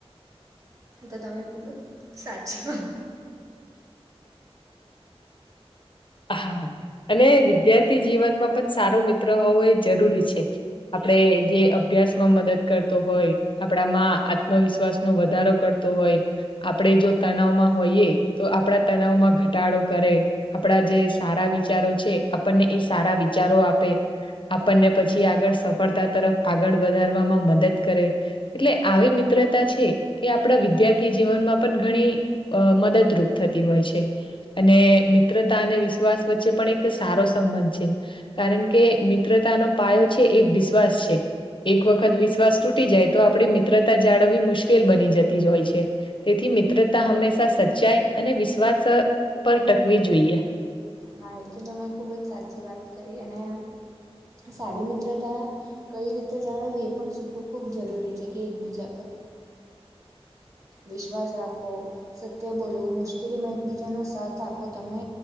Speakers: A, on the right (about 30°); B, on the left (about 50°).
A: તો તમે ખૂબ જ સાચી વાત
B: હા અને વિદ્યાર્થી જીવનમાં પણ સારો મિત્ર હોવો એ જરૂરી છે. આપડે જે અભ્યાસ માં મદદ કરતો હોય. આપણા માં આત્મવિશ્વાસનો વધારો કરતો હોય. આપણે જો તનાવમાં હોઈએ તો આપણા તનાાવમાં ઘટાડો કરે. આપણા જે સારા વિચારો છે આપણને એ સારા વિચારો આપે. આપણને પછી આગળ સફળતા તરફ આગળ વધારવામાં મદદ કરે. એટલે આવી મિત્રતા છે એ આપણા વિદ્યાર્થી જીવનમાં પણ ઘણી અ મદદરૂપ થતી હોય છે અને, મિત્રતા અને વિશ્વાસ વચ્ચે પણ એક સારો સંબંધ છે. કારણ કે મિત્રતાનો પાયો છે એ વિશ્વાસ છે. એક વખત વિશ્વાસ તૂટી જાય તો આપણી મિત્રતા જાળવવી મુશ્કેલ બની જતી જ હોય છે. તેથી મિત્રતા હંમેશા સચ્ચાઈ અને વિશ્વાસ પર ટકવી જોઈએ
A: હા એ તો તમે ખૂબ જ સાચી વાત કરી અને સારી મિત્રતા કઈ રીતે જાણવવી એ પણ શીખવું ખૂબ જરૂરી છે કે એક બીજા પર વિશ્વાસ રાખો સત્ય બોલવું મુશ્કેલીમાં એકબીજાનો સાથ આપો તમે